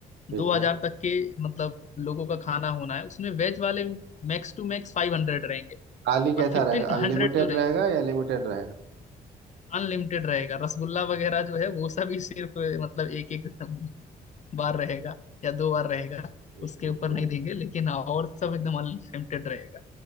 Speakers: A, on the right; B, on the left.
A: ठीक
B: दो हजार
A: है
B: तक के मतलब लोगों का खाना होना है उसमें वेज वाले मैक्स टू मैक्स फाइव हंड्रेड रहेंगे
A: थाली कैसा
B: और फिफ्टीन
A: रहेगा अनलिमिटेड
B: हंड्रेड जो रहेंगे
A: रहेगा या लिमिटेड रहेगा
B: अनलिमिटेड रहेगा रसगुल्ला वगैरह जो है वो सब ही सिर्फ अ, मतलब एक एक बार रहेगा या दो बार रहेगा
A: ठीक
B: उसके
A: ठीक
B: ऊपर
A: ठीक
B: नहीं देंगे लेकिन हाँ और सब एकदम अनलिमिटेड रहेगा